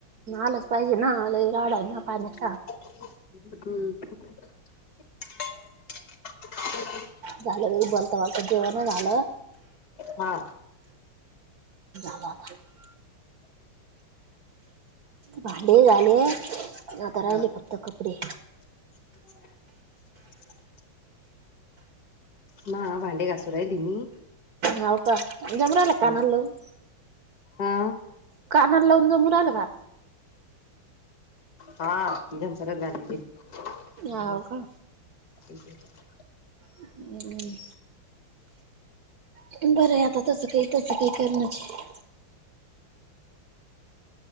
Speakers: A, on the right; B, on the left.
A: आलच पाहिज ना लय राडा ना पाण्यात.
B: हम्म
A: झालं बाई बोलता बोलत जेवण झालं.
B: हा.
A: <inaudible> भांडे झाले, आता
B: हा
A: राहिले फक्त कपडे.
B: <inaudible> मा भांडे घासूरहिली मी.
A: हाव का? जमू राहील काना
B: हा
A: लावून?
B: हा
A: कानाल लावून जमू राहिलं का?
B: हा जम <unintelligible>
A: हाव
B: हो
A: का
B: ठीक आहे.
A: हम्म. पण बरं आहे आता तसं काही तसं काही कारणच हे.